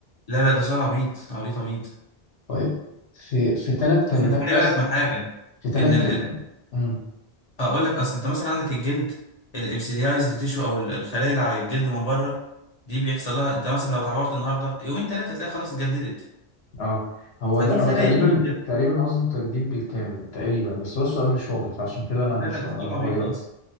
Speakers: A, on the left; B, on the left.
A: لا لا ده سؤال عبيط عبيط عبيط
B: طيب في في ثلاث كلمات
A: أصل أنت خلي بالك
B: بس
A: من حاجة
B: في ثلاث
A: إن ال...
B: كلمات
A: ال...
B: امم
A: أقول لك أصل أنت مثلا عندك الجلد الإبسيديايزد تيشو أو ال- الخلايا اللي على الجلد من بره دي بيحصل لها أنت مثلا لو اتعورت النهاردة يومين تلاتة تلاقي خلاص اتجددت
B: اه هو
A: فدي
B: لا
A: خلايا
B: هو تقريبا
A: هي بتجدد
B: تقريبا قصده تجديد بالكامل تقريبا بس هو السؤال مش واضح فعشان كده أنا مش
A: لا لا ده
B: هغيره
A: سؤال عبيط أصلا